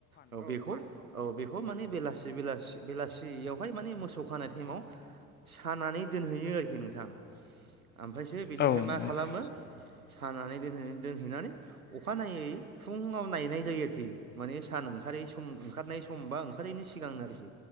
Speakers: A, on the right; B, on the left.
A: औ बेखौ औ बे खौ माने बेलासि-बेलासि-बेलासियावहाय माने मोसौ खानाय टाइमाव। सानानै दोनहैयो आरोखि नोंथां। ओमफायसो बेनिफ्राय
B: औ
A: मा
B: नंगौ
A: खालामो
B: नोंथां
A: सानानै दोहैयो दोनहैनानै अ' अखानायै फुङाव नायनाय जायो आरोखि। माने सान ओंखारै सम ओंखारनाय सम बा ओंखारैनि सिगांनो आरोखि